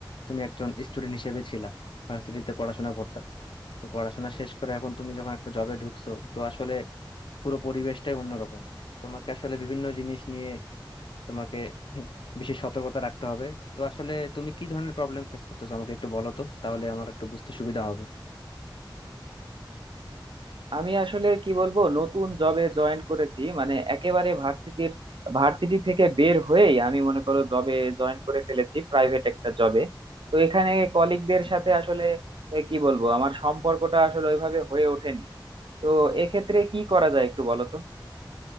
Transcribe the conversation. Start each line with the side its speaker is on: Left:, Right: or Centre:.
Left: তুমি একজন স্টুডেন্ট হিসেবে ছিলা ভার্সিটিতে পড়াশোনা করতে তো পড়াশোনা শেষ করে এখন তুমি যখন একটা জবে ঢুকছো তো আসলে পুরো পরিবেশটাই অন্যরকম তোমাকে আসলে বিভিন্ন জিনিস নিয়ে তোমাকে বিশেষ সতর্কতা রাখতে হবে তো আসলে তুমি কি ধরনের প্রবলেম ফেস করতেছো আমাকে একটু বলো তো তাহলে আমার একটু বুঝতে সুবিধা হবে
Right: আমি আসলে কি বলবো নতুন জবে জয়েন করেছি মানে একেবারে ভার্সিটির ভার্সিটি থেকে বের হয়েই আমি মনে করো জবে জয়েন করে ফেলেছি প্রাইভেট একটা জবে তো এখানে কলিগদের
Left: আচ্ছা।
Right: সাথে আসলে এ, কি বলবো আমার সম্পর্কটা আসলে ওইভাবে হয়ে ওঠেনি তো এক্ষেত্রে কি করা যায় একটু বলো তো